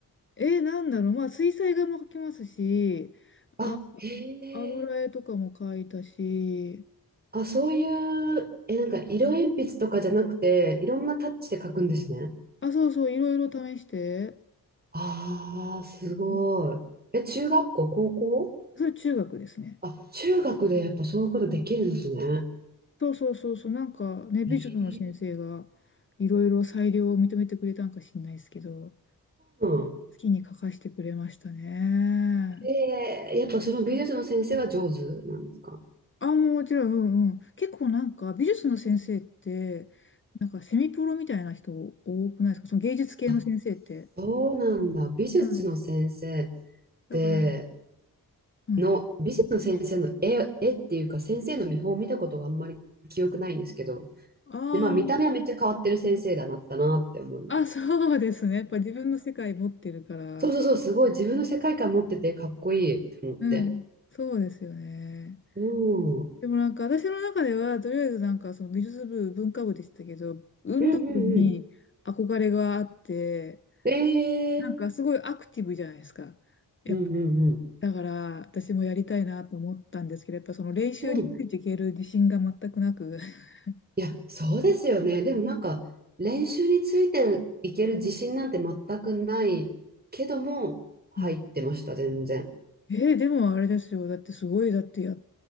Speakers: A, on the left; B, on the right.
A: え、なんだろう、まあ、水彩画も描きますし、
B: あ、
A: あ、
B: へえ。
A: 油絵とかも描いたし、
B: あ、そういう、え、なんか色鉛筆とかじゃなくて、いろんなタッチで描くんですね。
A: あ、そうそう、いろいろ試して、
B: ああ、すごい。
A: うん
B: え、中学校、高校
A: それ中学ですね。
B: あ、中学でやっぱそういうことできるんですね。
A: そうそうそうそう、なんかね、美術の先生がいろいろ裁量を認めてくれたんかしんないですけど、
B: えー、うん。
A: 好きに描かしてくれましたね。
B: えー、やっぱその美術の先生は上手なんですか
A: あ、もちろん、うんうん。結構なんか美術の先生って、なんかセミプロみたいな人多くないですかその芸術系の先生って。
B: あ、そうなんだ。美術の先生っ
A: うん。だから、
B: て
A: うん。
B: の、美術の先生の絵、絵っていうか、先生の見本を見たことがあんまり記憶ないんですけど、
A: あ
B: で、まあ、見た目はめっちゃ変わってる先生だなったなって思う。
A: あ、あ、そうですね。やっぱ自分の世界持ってるから。
B: そうそうそう、すごい自分の世界観持っててかっこいいって思って。
A: うん。そうですよね。
B: うん。うん
A: でもなんか私の中では、とりあえずなんかその美術部、文化部でしたけど、運動部に憧れがあって、
B: うんうん。ええ
A: なんかすごいアクティブじゃないですか。やっぱり。
B: うんうんうん。
A: だから私もやりたいなと思ったんですけど、やっぱその練習についていける自信が全くなく。
B: うん。
A: <laughs>
B: いや、そうですよね。でもなんか、練習についていける自信なんて全くないけども、入ってました、
A: うん。
B: 全然。
A: えーでもあれですよ。だってすごい、だってや、